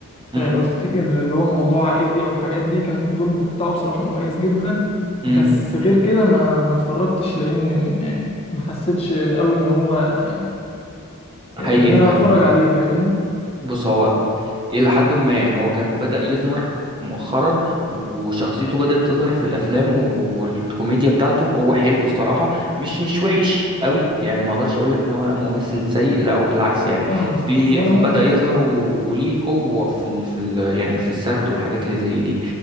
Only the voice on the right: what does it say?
امم
امم
حقيقي
فعلا
بص هو إلى حد ما هو كان بدأ يظهر مؤخرا وشخصيته بدأت تظهر في الأفلام والكوميديا بتاعته هو حلو الصراحة مش مش وحش قوي يعني ما أقدرش أقول لك إن هو لا ممثل سيء لا هو بالعكس يعني
في
بدأ يظهر و- وليه قوة في ال في ال يعني في السرد والحاجات اللي زي دي